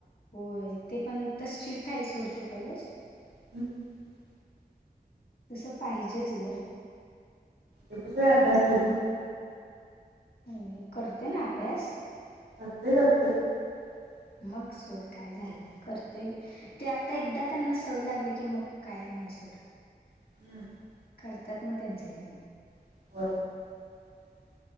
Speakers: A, on the left (about 65°); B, on the right (about 85°).
A: होय ते पण तस चिठ्ठ्या आहे सोडते कॉलेज
B: <inaudible>
A: तस पाहिजेच ग.
B: लय अभ्यास होतो.
A: अ करते ना अभ्यास
B: <unintelligible>
A: मग सोड काय झाल करतय ते आता एकदा त्यांना सवय लागली की मग काय नाही सोड
B: <inaudible>
A: करतात ना त्यांच त्यांनी
B: <inaudible>